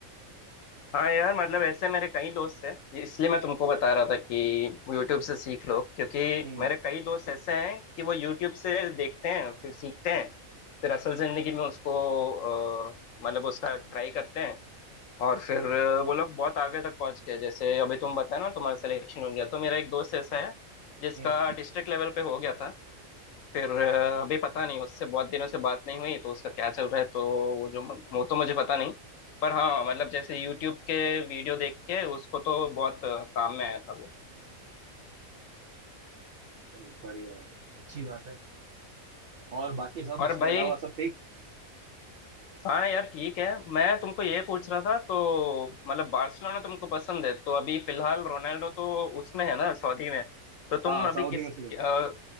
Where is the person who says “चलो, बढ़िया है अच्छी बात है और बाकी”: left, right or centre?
Right